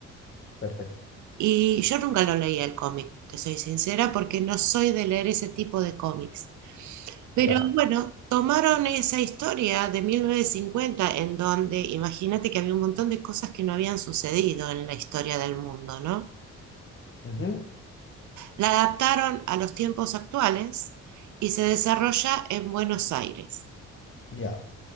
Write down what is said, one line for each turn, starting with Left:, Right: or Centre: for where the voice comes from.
Left: perfecto.
Right: Y yo nunca lo leía el cómic, te soy sincera, porque no soy de leer ese tipo de cómics. Pero
Left: Ya.
Right: bueno, tomaron esa historia de 1950 en donde imagínate que había un montón de cosas que no habían sucedido en la historia del mundo, ¿no?
Left: Ujú,
Right: La adaptaron a los tiempos actuales y se desarrolla en Buenos Aires.
Left: Ya.